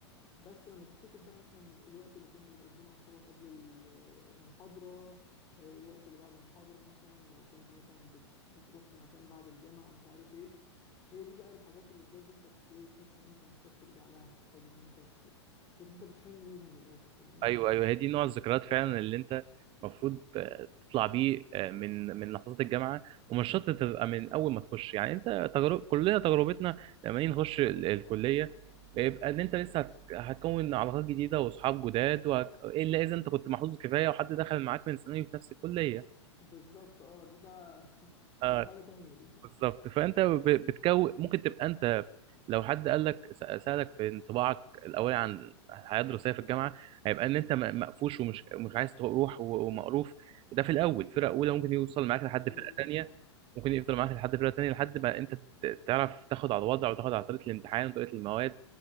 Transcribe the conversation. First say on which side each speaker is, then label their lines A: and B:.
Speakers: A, on the left; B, on the right.
A: بس لما تفتكر بقى مثلا الوقت اللي كنت بتقضيه مع اصحابك قبل ال- المحاضره آه، الوقت اللي بعد المحاضره مثلا لو كنت مثلا بت- بتروح في مكان بعد الجامعه مش عارف ايه هي دي بقى الحاجات اللي بجد انت بت... ايه، بتحس ان انت محتاج ترجع لها ومحتاج ان انت ت- تحس ان انت بتحن ليها من الاخر فاهمني
B: ايوه ايوه هي دي نوع الذكريات فعلا اللي انت المفروض تطلع بيه آه، من من لحظات الجامعه ومش شرط تبقى من اول ما تخش يعني انت تجرب كلنا تجربتنا لما نيجي نخش ال- الكليه يبقى ان انت لسه هت- هتكون علاقات جديده واصحاب جداد وهت... الا اذا انت كنت محظوظ كفايه وحد دخل معاك من ثانوي في نفس الكليه
A: بالظبط اه دي بقى <laughs>
B: آه،
A: تبقى حاجة تانية دي
B: بالظبط فانت ب- بتكون ممكن تبقى انت لو حد قال لك س- سالك في انطباعك الاولي عن الحياه الدراسيه في الجامعه هيبقى ان انت م- مقفوش ومش مش عايز تروح و- ومقروف ده في الاول فرقه اولى ممكن يوصل معاك لحد
A: ايوه
B: فرقه
A: ايوه
B: تانيه
A: فاهم
B: ممكن يفضل معاك لحد فرقه تانيه لحد ما انت ت- تعرف تاخد على الوضع وتاخد على طريقه الامتحان وطريقه المواد